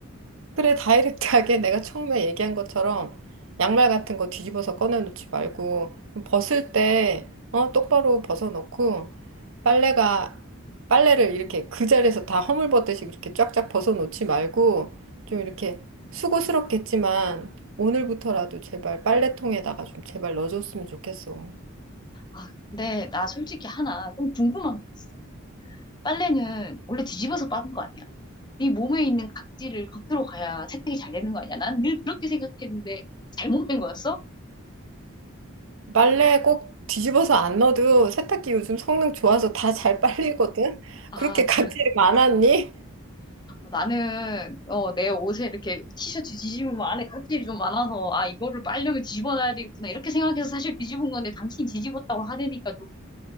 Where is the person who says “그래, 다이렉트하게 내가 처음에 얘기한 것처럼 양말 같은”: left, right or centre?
Right